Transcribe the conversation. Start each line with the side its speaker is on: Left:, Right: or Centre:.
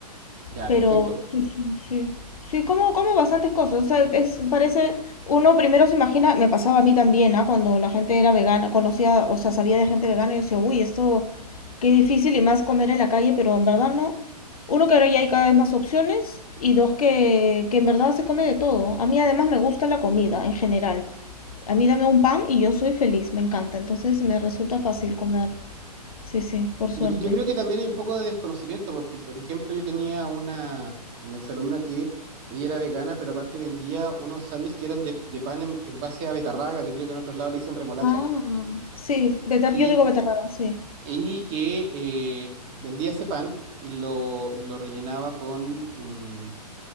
Right: Ya,
Left: Pero
Right: perfecto.
Left: sí, sí, sí. Sí, como, como bastantes cosas. O sea, es, parece, uno primero se imagina, me pasaba a mí también, ¿ah? Cuando la gente era vegana, conocía, o sea, sabía de gente vegana y decía, uy, esto, qué difícil y más comer en la calle, pero en verdad no. Uno, que ahora ya hay cada vez más opciones y dos, que, que en verdad se come de todo. A mí además me gusta la comida en general. A mí dame un pan y yo soy feliz, me encanta. Entonces me resulta fácil comer. Sí, sí, por suerte.
Right: Lo que, yo creo que también hay un poco de desconocimiento, porque por ejemplo yo tenía una, una exalumna que ella era vegana, pero aparte vendía unos sándwiches que eran de, de pan en, en base a betarraga, que creo que en otros lados le dicen remolacha,
Left: Ah, sí, beter,
Right: y
Left: yo digo beterraga, sí.
Right: y que eh, vendía ese pan y lo, lo rellenaba con mm,